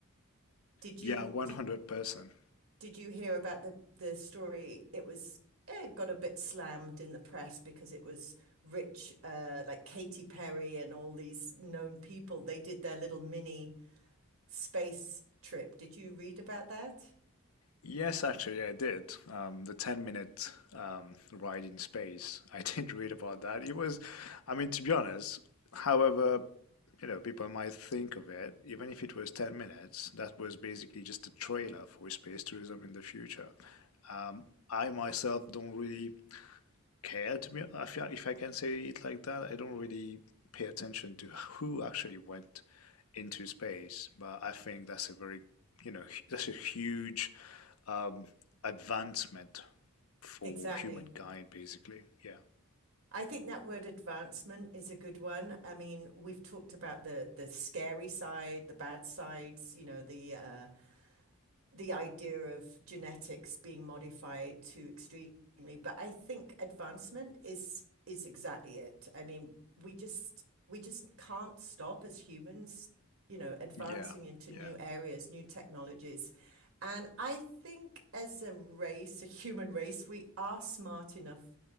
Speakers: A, on the right; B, on the left.
A: Did
B: Yeah,
A: you
B: 100%.
A: did did you hear about the the story? It was eh, it got a bit slammed in the press because it was rich, uh, like Katy Perry and all these known people. They did their little mini space trip. Did you read about that?
B: Yes, actually, I did. Um, the 10 minute um, ride in space. <laughs> I did read about that. It was, I mean, to be honest, however, you know, people might think of it, even if it was 10 minutes, that was basically just a trailer for space tourism in the future. Um, I myself don't really care to be if I, if I can say it like that. I don't really pay attention to who actually went into space, but I think that's a very, you know, hu- that's a huge um, advancement for
A: Exactly.
B: humankind, basically. Yeah,
A: I think that word advancement is a good one. I mean, we've talked about the the scary side, the bad sides, you know, the uh, the idea of genetics being modified to extremely, but I think advancement is is exactly it. I mean, we just we just can't stop as humans, you know, advancing
B: yeah,
A: into
B: yeah.
A: new areas, new technologies. And I think as a race, a human race, we are smart enough